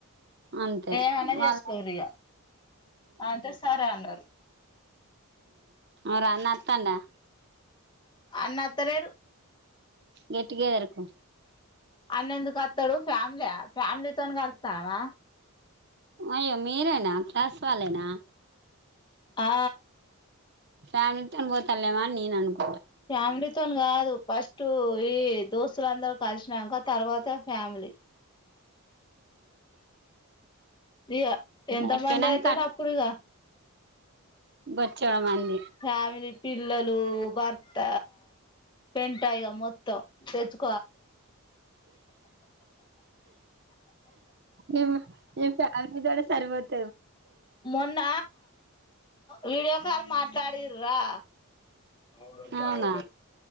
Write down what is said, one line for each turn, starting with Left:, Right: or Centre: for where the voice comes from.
Right: అంతే
Left: ఏమన్నా
Right: వాళ్ళ
Left: చేసుకోరియ అంతే సార్ అన్నారు
Right: అర అన్నత్తండా
Left: అన్నత్తలేరు
Right: గట్టిగా ఎరక్కు
Left: అన్న ఎందుకు వస్తాడు ఫ్యామిలీ యా ఫ్యామిలీతోని కలుతున్నావా
Right: అయ్ మీరేనా ఫ్లాస్ వాలేనా
Left: ఆ
Right: ఫ్యామిలీతోన్ పోతల్లేవా నేన్ అనుకో
Left: ఫ్యామిలీతోని కాదు ఫస్ట్ ఈ దోస్తులందరు కలిసినాక తర్వాత ఫ్యామిలీ ఇ ఎంత
Right: అయిపోయినంక
Left: మంది అయితారుా అప్పుడుక
Right: బచ్చడ మ
Left: ఫ్యామిలీ పిల్లలు వార్త పెంట్ ఇగా మొత్తం సేచ్చు
Right: ఏమ ఏం ఫ్యామిలీ ద్వారా సరిపోత
Left: మొన్న విీడియో కాల్ మాట్లాడిండ్రా అవుడ తవుడ
Right: అవునా